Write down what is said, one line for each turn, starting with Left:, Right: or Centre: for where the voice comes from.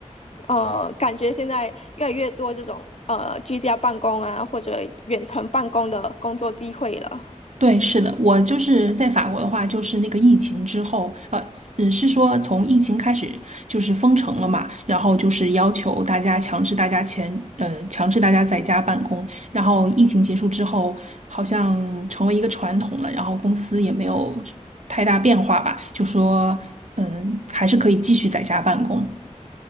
Left: 呃，感觉现在越来越多这种呃居家办公啊，或者远程办公的工作机会了。
Right: 对，是的，我就是在法国的话，就是那个疫情之后，呃，嗯，是说从疫情开始就是封城了嘛，然后就是要求大家强制大家前，呃，强制大家在家办公，然后疫情结束之后，好像成为一个传统了，然后公司也没有太大变化吧，就说，嗯，还是可以继续在家办公。